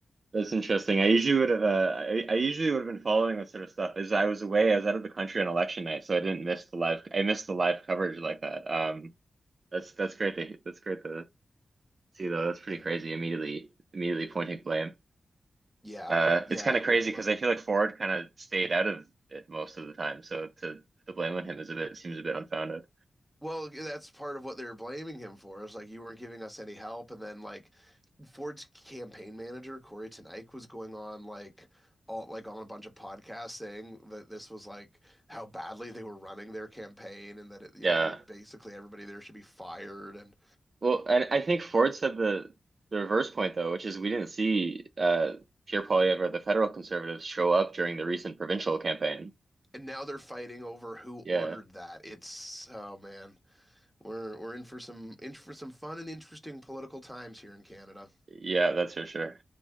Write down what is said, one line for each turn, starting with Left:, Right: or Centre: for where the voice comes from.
Right: That's interesting. I usually would have uh, I, I usually would have been following that sort of stuff. As I was away, I was out of the country on election night, so I didn't miss the live I missed the live coverage like that. Um, that's that's great to that's great to see though. That's pretty
Centre: Uh,
Right: crazy. Immediately immediately pointing blame.
Centre: yeah,
Right: Uh,
Centre: yeah,
Right: it's kind of
Centre: we'll
Right: crazy
Centre: love
Right: because
Centre: it.
Right: I feel like Ford kind of stayed out of it most of the time. So to put the blame on him is a bit seems a bit unfounded.
Centre: Well, that's part of what they were blaming him for. It's like you weren't giving us any help, and then like Ford's campaign manager Corey Ten Eyck was going on like all like on a bunch of podcasts saying that this was like how badly they were running their campaign, and that it, you
Right: Yeah,
Centre: know that basically everybody there should be fired, and
Right: Well, and I think Ford said the the reverse point though, which is we didn't see uh Pierre Poilievre or the federal conservatives show up during the recent provincial campaign.
Centre: and now they're fighting over who ordered
Right: Yeah.
Centre: that. It's oh man, we're we're in for some in for some fun and interesting political times here in Canada.
Right: Yeah, that's for sure.